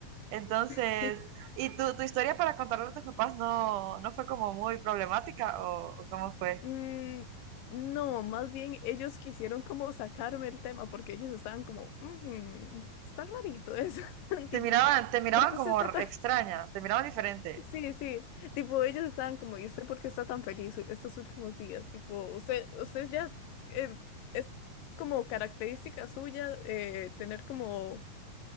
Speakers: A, on the right; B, on the left.
A: Entonces,
B: <laughs>
A: ¿y tu, tu historia para contarle a tus papás no, no fue como muy problemática o, o cómo fue?
B: Mm, no, más bien ellos quisieron como sacarme el tema porque ellos estaban como, "Mm, está rarito eso, <laughs>
A: Te
B: tipo,
A: miraban, te miraban
B: ¿por qué
A: como
B: usted está tan...
A: extraña,
B: <laughs>
A: te miraban diferente.
B: Sí, sí, tipo ellos estaban como, ¿y usted por qué está tan feliz u- estos últimos días? Tipo, usted, usted ya eh, es como característica suya eh, tener como